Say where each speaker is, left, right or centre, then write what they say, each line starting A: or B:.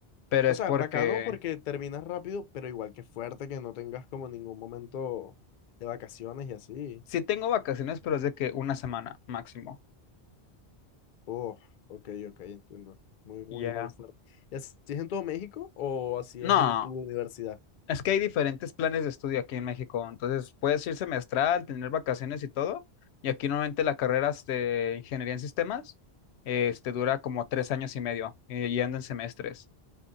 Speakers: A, on the left; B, on the left.
A: Pero
B: O
A: es
B: sea,
A: porque
B: bacano porque terminas rápido, pero igual que fuerte que no tengas como ningún momento de vacaciones y así.
A: sí tengo vacaciones, pero es de que una semana máximo.
B: Oh, ok, ok, entiendo. Muy, muy,
A: Ya.
B: muy fuerte. ¿Y así es en todo México o así
A: No,
B: es en tu universidad?
A: Es que hay diferentes planes de estudio aquí en México, entonces puedes ir semestral, tener vacaciones y todo, y aquí normalmente la carrera de ingeniería en sistemas eh, este, dura como tres años y medio, eh, y anda en semestres.